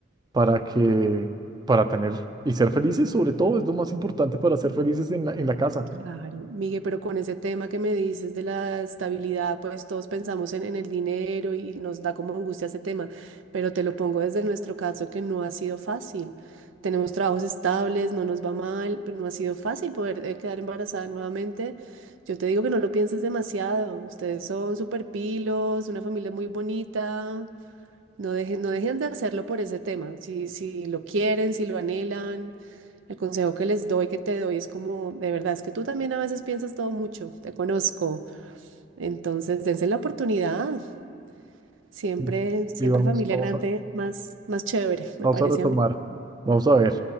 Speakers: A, on the right; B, on the right.
A: para que, para tener y ser felices, sobre todo, es lo más importante para ser felices en la, en la casa.
B: Claro, Miguel, pero con ese tema que me dices de la estabilidad, pues todos pensamos en, en el dinero y nos da como angustia ese tema, pero te lo pongo desde nuestro caso que no ha sido fácil. Tenemos trabajos estables, no nos va mal, pero no ha sido fácil poder eh, quedar embarazada nuevamente. Yo te digo que no lo pienses demasiado, ustedes son súper pilos, una familia muy bonita, no dejen, no dejen de hacerlo por ese tema. Si, si lo quieren, si lo anhelan, el consejo que les doy, que te doy, es como, de verdad, es que tú también a veces piensas todo mucho, te conozco. Entonces, dense la oportunidad. Siempre,
A: Mm.
B: siempre
A: Y vamos,
B: familia
A: vamos
B: grande,
A: a
B: más, más chévere, me
A: Vamos
B: parece
A: a retomar,
B: a mí.
A: vamos a ver,